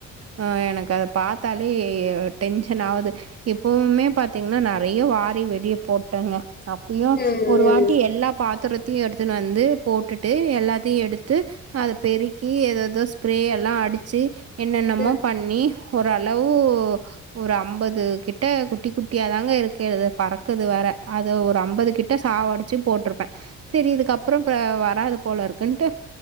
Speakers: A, on the right; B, on the left.
A: அ எனக்கு அத பாத்தாலே டென்ஷன் ஆவுது எப்பவுமே பாத்தீங்கன்னா நெறைய வாரி வெளிய போட்டங்க அப்பயு
B: ம் ம்
A: ஒரு வாட்டி எல்லா பாத்திரத்தையு எடுத்துனு வந்து போட்டுட்டு எல்லாத்தையு எடுத்து அத பெருக்கி எத எதோ ஸ்ப்ரே எல்லா அடிச்சி என்னென்னமோ
B: ம்
A: பண்ணி ஒரு அளவு ஒரு அம்பது கிட்ட குட்டி குட்டியாதாங்க இருக்கிறது பறக்குது வேற அத ஒரு அம்பது கிட் ட சாவடிச்சி போட்ருப்பே செரி இதுக்கப்றோ இப்ப வராது போல இருக்குன்ட்டு